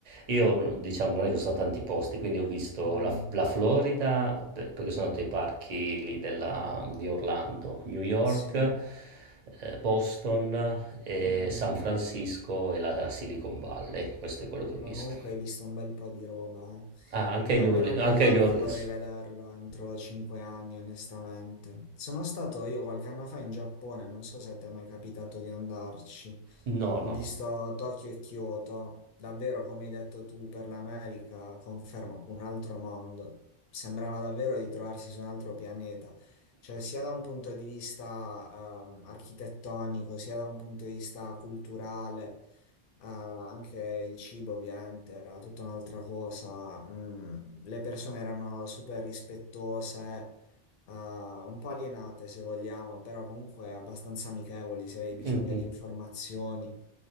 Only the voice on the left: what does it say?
Mm.
Sì.
Mm-mm.
Ma
comunque hai visto un bel po' di roba, eh.
Io
almeno
a New
York
vorrei vederlo entro cinque anni, onestamente. Sono stato io qualche anno fa in Giappone, non so se ti è mai capitato di andarci.
Ho
visto Tokyo e Kyoto, davvero come hai detto tu, per l'America, confermo, un altro mondo. Sembrava davvero di trovarsi su un altro pianeta, cioè sia da un punto di vista ehm, architettonico, sia da un punto di vista culturale. Ah, anche il cibo ovviamente era tutta un'altra cosa. Mm, le persone erano super rispettose, ah, un po' alienate se vogliamo, però comunque abbastanza amichevoli se avevi bisogno
di informazioni.